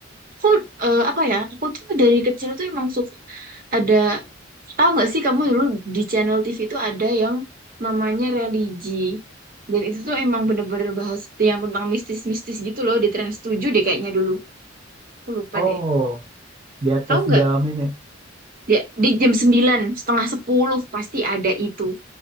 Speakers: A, on the right; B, on the right.
A: Aku eh, apa ya? Aku tuh dari kecil tuh emang suka ada Tahu nggak sih kamu dulu di channel TV itu ada yang namanya religi. Dan itu tuh emang bener-bener bahas yang tentang mistis-mistis gitu loh di Trans tujuh deh kayaknya dulu. Aku lupa
B: oh
A: deh.
B: di atas
A: Tahu nggak?
B: jam ini
A: Ya, di jam sembilan setengah sepuluh pasti ada itu.